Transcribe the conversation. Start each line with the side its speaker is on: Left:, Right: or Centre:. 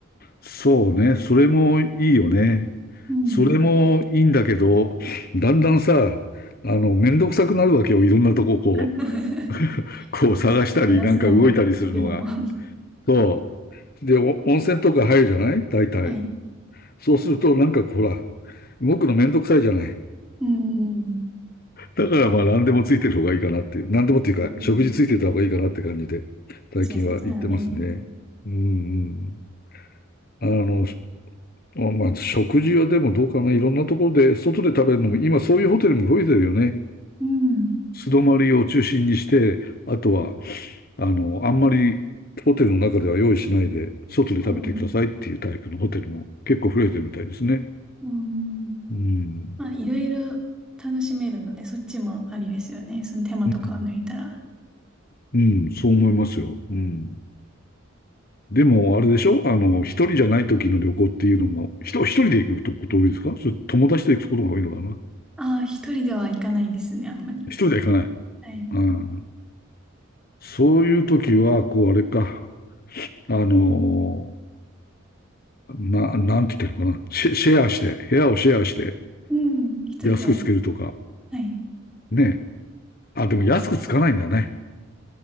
Left: そうね。それもいいよね。
Centre: うん
Left: それもいいんだけど、だんだんさ、あの、めんどくさくなるわけよ。いろんなとここう、
Centre: <laughs> 確
Left: こう探したり、
Centre: かに探すのも、
Left: なんか動いたりするのが。
Centre: 行くのも。は
Left: そう。で、お温泉とか入るじゃない大体。
Centre: い。
Left: そうすると、なんかほら、動くのめんどくさいじゃない。
Centre: うん。
Left: だからまあ、何でもついてる方がいいかなっていう。何でもっていうか、
Centre: うん。
Left: 食事ついてた方がいいかなって感じで、最近は言ってますね。
Centre: 確かに、そっちなら便利ですよね。
Left: うんうん。あの、まあまあ、食事はでもどうかな。いろんなところで、外で食べるのも、今そういうホテルも増えてるよね。
Centre: うん。
Left: 素泊まりを中心にして、あとは、あの、あんまりホテルの中では用意しないで、外で食べてくださいっていうタイプのホテルも結構増えてるみたいですね。
Centre: うん。うん。
Left: うん。
Centre: まあ、いろいろ楽しめるので、そっちもありですよね。その手間とかを抜いたら。
Left: うん、うんそう思いますよ。うん。でも、あれでしょあの、一人じゃない時の旅行っていうのも、ひと一人で行くこと多いですかそれ友達と行くことが多いのかな
Centre: ああ、一人では行かないですね、あんまり。
Left: 一人では行かない。
Centre: はい。
Left: うん。そういう時は、こう、あれか。あのーな、なんて言ってるかな。シェ、シェアして、部屋をシェアして、
Centre: うん。一部屋で。
Left: 安くつけるとか。
Centre: はい。
Left: ね。あ、でも安くつかないんだね。